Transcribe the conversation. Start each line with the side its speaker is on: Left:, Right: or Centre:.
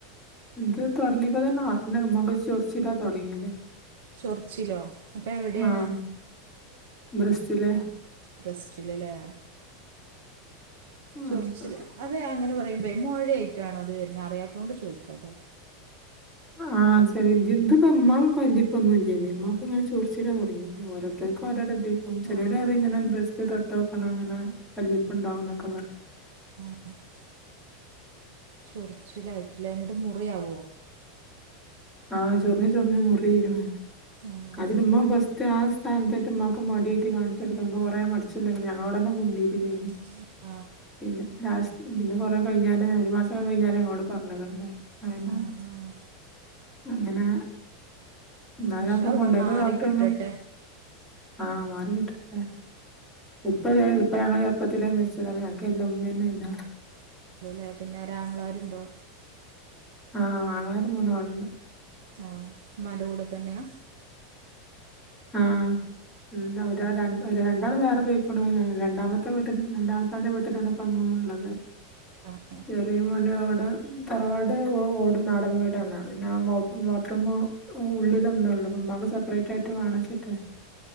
Centre: ഇത് തുടങ്ങിയപ്പോ തന്നെ ഒന മക ചൊറച്ചിട- തുടങ്ങിയത്
Right: ചൊറിച്ചിലോ അപ്പോൾ എവിടെയാണ്
Centre: ആഹ് ബ്രസ്റ്റില
Right: ബ്രസ്റ്റിൽ അല്ലേ
Centre: ആഹ്
Right: ചൊറച്ചില
Centre: പ
Right: അതെ അങ്ങനെ പറയുമ്പം മഴ ആായിട്ടാണോ അത് വരുന്നത് അറിയാത്തതോണ്ട് ചോദിക്കാം കേട്ടോ?
Centre: ആഹ് ഇപ്പ എമമാ കല്ലപ്പൊന്നുമല്ലമ്മാക്ക് ഇങ്ങനെ ചോറിച്ചിടാ തുടങ്ങി ഓരോരുത്തർക്ക് ചെറി
Right: ആ
Centre: ഇങ്ങനെ ബ്രസ്റ്റ് തട്ടോ വെക്കണം അനെ കല്ലിപ്പ് ഉണ്ടാവും എന്നൊക്കെ പറയും
Right: ആഹ് ചൊറിച്ചിലായിട്ടില്ല എന്നിട്ട് മുറിയവോ?
Centre: ആഹ് ചൊറിഞ്ഞ് ചൊറിഞ്ഞ് മുറിരിക്കണ്
Right: ആഹ്
Centre: അതിന് ഉമ്മ ബസ്റ്റ് ആഹ് സ്ഥാനത്തായിട്ട്മ്മക്ക് മടിയായിട്ട് കാണിച്ചെടുക്കാം കുറേ മടിച്ച് ഒച ഞങ്ങളോട് എല്ലാം മുണ്ടയിരുന്നേന്
Right: <unintelligible>
Centre: പിന്നെ ലാസ്റ്റ് പിന്നെ കുറെ കഴിഞ്ഞാല ഒരു മാസംക്കെ കഴിഞ്ഞാലും അങ്ങോട്ട് പറഞ്ഞിട്ടണ്ടേ ആന
Right: ആഹ് ആഹ്
Centre: അങ്ങനെ എന്നാ
Right: ഇൻഷാ
Centre: ഞാൻ
Right: അള്ളാ
Centre: പോണ്ടപ്പ
Right: മാറി
Centre: ഡോക്ടറെ
Right: കിട്ടട്ടെ
Centre: ആഹ് മാറി കിട്ടട്ടെ ഉപ്പ ഇപ്പ ഞങ്ങള് ചെറുപ്പത്തിലല്ല മരിച്ചിച്ചതാണ് ഞങ്ങൾക്ക് എല്ല ഉമ്മ തന്നെയന്ന
Right: ഉണ്ടല്ലേ പിന്നെ ഒരാങ്ങളാരുണ്ടോ?
Centre: ആഹ് അങ്ങളമാരു മൂന്നാളണ്ട്
Right: ആഹ ഉ്മാന്റെ കൂടെ തന്നെയാ?
Centre: ആഹ് ഒരാ രണ്ടാൾ വേറെ പക്കും- രണ്ടാമത്തെ വീട്ട രണ്ടാമത്തെ്ന്റെ വീട്ടിലാണ് ഇപ്പ അങ്ങ ഉള്ളത്
Right: ആഹ് ആഹ്
Centre: ചെറിയ പോല അവിടെ തറവാട് ഓട നാടൻ വീടാണ് പിന്നെ ബാത്റൂമ ഉള്ളിൽ ഒന്ന്ഉള്ളു ഉമക് സെപ്പറേറ്റ് ആയിട്ട് വണച്ചിട്ടെ